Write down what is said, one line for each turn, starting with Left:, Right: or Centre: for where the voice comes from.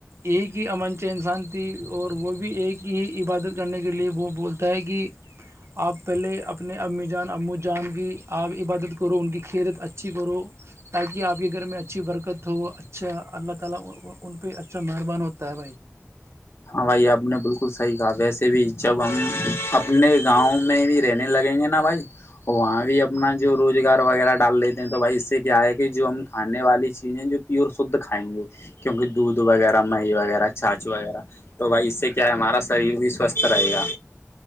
Right: ایک ہی امنچ انسان تھی اور وہ بھی ایک ہی عبادت کرنے کے لیے وہ بولتا ہے کہ آپ پہلے اپنے امی جان امو جان کی آپ عبادت کرو ان کی کیرت اچھی کرو تاکہ آپ گھر میںچھا اللہ تعالی مہربان ہوتا ہے
Left: ہاں بھائی آپ نے بالکل صحیح کہا ویسے بھی جب ہم اپنے گاؤں میں بھی دینے لگیں گے نا بھائی وہاں بھی اپنا جو روزگار وغیرہ ڈال لیتے ہیں تو بھائی اس سے کیا ہے کہ جو ہم کھانے والی چیزیں جو پیور شدھ کھائیں گے کیونکہ دودھ وغیرہ مہ وغیرہ چاچ وغیرہ تو بھائی اس سے کیا ہے ہمارا شریر بھی سوستھ رہے گا